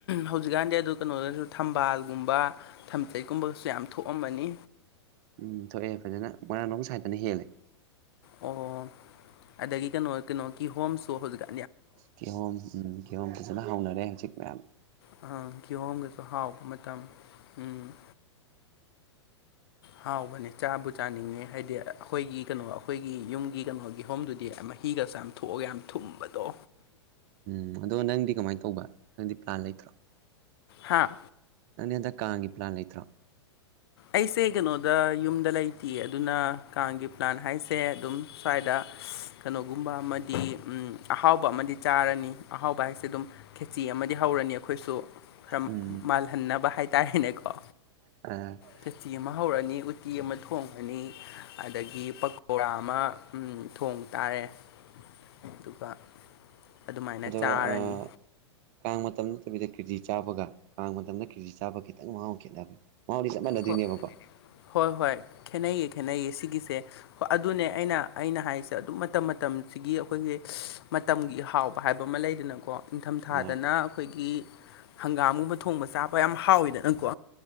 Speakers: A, on the left (about 55°); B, on the right (about 40°).
A: ꯍꯧꯖꯤꯛꯀꯥꯟꯗꯤ ꯑꯗꯨ ꯀꯩꯅꯣꯗꯁꯨ ꯊꯝꯕꯥꯜꯒꯨꯝꯕ ꯊꯝꯖꯩꯒꯨꯝꯕꯒꯁꯨ ꯌꯥꯝ ꯊꯣꯛꯑꯝꯕꯅꯤ
B: ꯎꯝ ꯊꯣꯛꯑꯦ ꯐꯖꯅ ꯃꯣꯏꯔꯥꯡꯂꯣꯝ ꯁꯥꯏꯠꯇꯅ ꯍꯦꯜꯂꯦ
A: ꯑꯣ ꯑꯗꯒꯤ ꯀꯩꯅꯣ ꯀꯩꯅꯣ ꯀꯤꯍꯣꯝꯁꯨ ꯍꯧꯖꯤꯛꯀ
B: ꯀꯤꯍꯣꯝ ꯎꯝ ꯀꯤꯍꯣꯝ ꯐꯖꯅ ꯍꯥꯎꯅꯔꯦ ꯍꯧꯖꯤꯛ ꯃꯌꯥꯝ
A: ꯑ ꯀꯤꯍꯣꯝꯒꯁꯨ ꯍꯥꯎꯕ ꯃꯇꯝ ꯎꯝ ꯍꯥꯎꯕꯅꯦ ꯆꯥꯕꯨ ꯆꯥꯅꯤꯡꯉꯦ ꯍꯥꯏꯗꯤ ꯑꯩꯈꯣꯏꯒꯤ ꯀꯩꯅꯣ ꯑꯩꯈꯣꯏꯒꯤ ꯌꯨꯝꯒꯤ ꯀꯩꯅꯣꯒꯤ ꯍꯣꯝꯗꯨꯗꯤ ꯃꯍꯤꯒ ꯆꯥꯝ ꯊꯣꯛꯑꯒ ꯌꯥꯝ ꯊꯨꯝꯕꯗꯣ
B: ꯎꯝ ꯑꯗꯣ ꯅꯪꯗꯤ ꯀꯃꯥꯏꯅ ꯇꯧꯕ ꯅꯪꯗꯤ ꯄ꯭ꯂꯥꯟ ꯂꯩꯇ꯭ꯔꯣ
A: ꯍꯥꯥ
B: ꯅꯪꯗꯤ ꯍꯟꯗꯛ ꯀꯥꯡꯒꯤ ꯄ꯭ꯂꯥꯟ ꯂꯩꯇ꯭ꯔꯣ
A: ꯑꯩꯁꯦ ꯀꯩꯅꯣꯗ ꯌꯨꯝꯗ ꯂꯩꯇꯦ ꯑꯗꯨꯅ ꯀꯥꯡꯒꯤ ꯄ꯭ꯂꯥꯟ ꯍꯥꯏꯁꯦ ꯑꯗꯨꯝ ꯁ꯭ꯋꯥꯏꯗ ꯀꯩꯅꯣꯒꯨꯝꯕ ꯑꯃꯗꯤ ꯑꯍꯥꯎꯕ ꯑꯃꯗꯤ ꯆꯥꯔꯅꯤ ꯑꯍꯥꯎꯕ ꯍꯥꯏꯁꯦ ꯑꯗꯨꯝ ꯈꯦꯆꯤ ꯑꯃꯗꯤ ꯗꯤ ꯍꯧꯔꯅꯤ ꯑꯩꯈꯣꯏꯁꯨ ꯈꯔ
B: ꯎꯝ
A: ꯃꯥꯜꯍꯟꯅꯕ ꯍꯥꯏꯇꯥꯔꯦꯅꯦꯀꯣ
B: <unintelligible>
A: ꯐꯦꯇꯤ ꯑꯃ ꯍꯧꯔꯅꯤ ꯎꯇꯤ ꯑꯃ ꯊꯣꯡꯉꯅꯤ ꯑꯗꯒꯤ ꯄꯀꯧꯣꯔꯥ ꯑꯃ ꯊꯣꯡ ꯇꯥꯔꯦ ꯑꯗꯨꯒ ꯑꯗꯨꯃꯥꯏꯅ
B: ꯑꯗꯣ
A: ꯆꯥꯔꯅꯤ
B: ꯑ ꯀꯥꯡ ꯃꯇꯝ ꯅꯠꯇꯕꯤꯗ ꯀꯤꯔꯖꯤꯤ ꯆꯥꯕꯒ ꯀꯥꯡ ꯃꯇꯝꯗ ꯀꯤꯔꯖꯤꯤ ꯆꯥꯒ ꯈꯤꯇꯪ ꯃꯍꯥꯎ ꯈꯦꯠꯅꯕ ꯃꯥꯥꯎꯗꯤ ꯆꯞ ꯃꯥꯟꯅꯗꯣꯏꯅꯦꯕꯀꯣ
A: ꯍꯣ ꯍꯣꯏ ꯍꯣꯏ ꯈꯦꯠꯅꯩꯌꯦ ꯈꯦꯠꯅꯩꯌꯦ ꯁꯤꯒꯤꯁꯦ ꯑꯗꯨꯅꯦ ꯑꯩꯅ ꯑꯩꯅ ꯍꯥꯏꯔꯤꯁꯦ ꯑꯗꯨꯝ ꯃꯇꯝ ꯃꯇꯝꯁꯤꯒꯤ ꯑꯩꯈꯣꯏꯒꯤ ꯃꯇꯝꯒꯤ ꯍꯥꯎꯕ ꯍꯥꯏꯕ ꯑꯃ ꯂꯩꯗꯅꯀꯣ ꯅꯤꯡꯊꯝꯊꯥꯗꯅ
B: ꯃꯥꯅꯤ
A: ꯑꯩꯈꯣꯏꯒꯤ ꯍꯪꯒꯥꯝꯒꯨꯕ ꯊꯣꯡꯕ ꯆꯥꯕ ꯌꯥꯝ ꯍꯥꯎꯋꯤꯗꯅꯀꯣ